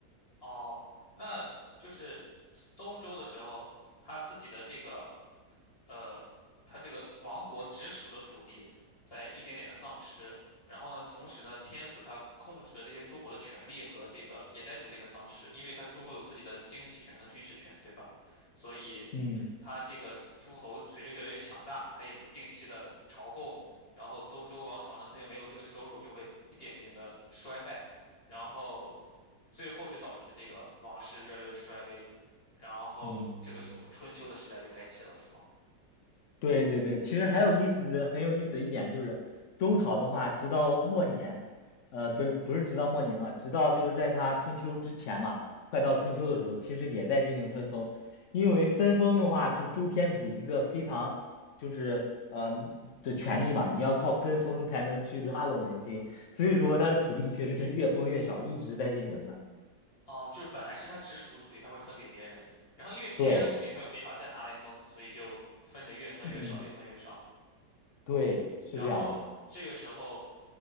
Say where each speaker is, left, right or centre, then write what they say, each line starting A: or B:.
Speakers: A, on the left (about 35°); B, on the left (about 60°).
A: 哦，那就是东周的时候，他自己的这个呃，他这个王国直属的土地在一点点的丧失，然后呢，同时呢，天子他控制的这些诸侯的权力和这个也在逐渐的丧失，因为他诸侯有自己的经济权和军事权，对吧？所以
B: 嗯
A: 他这个诸侯随着越来越强大，他也不定期的朝贡，然后东周王朝呢，他又没有这个收入，就会一点点的衰败，然后最后就导致这个王室越来越衰微，然后这个时候春秋的时代就开启了，
B: 嗯。
A: 是吗？
B: 对对对，其实还有意思的很有意思的一点就是，周朝的话，直到末年，呃，不是不是直到末年嘛，直到就是在他春秋之前嘛，快到春秋的时候，其实也在进行分封，因为分封的话是周天子一个非常就是呃的权利嘛，你要靠分封才能去拉拢人心，所以说他的土地其实是越封越小，一直在进行的。
A: 哦，就是本来是他直属的土地，他会分给别人，然后因为别人的土地他又没法再拿来分，
B: 对，
A: 所以就分的越分越少，
B: 嗯，
A: 越分越少。
B: 对，是这样的。
A: 然后这个时候，